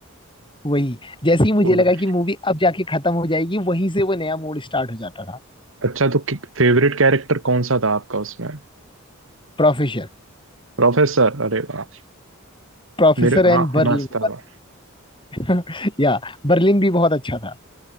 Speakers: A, on the left; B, on the right.
A: वही जैसे ही मुझे
B: उधर
A: लगा कि मूवी अब जाके खत्म हो जाएगी वहीं से वो नया मोड़ स्टार्ट हो जाता था
B: अच्छा तो फेवरेट कैरेक्टर कौन सा था आपका उसमें
A: Professor
B: प्रोफेसर अरे वाह
A: Professor
B: मेरे
A: and
B: हाँ
A: Berlin
B: मस्त था
A: Berlin <laughs> या बर्लिन भी बहुत अच्छा था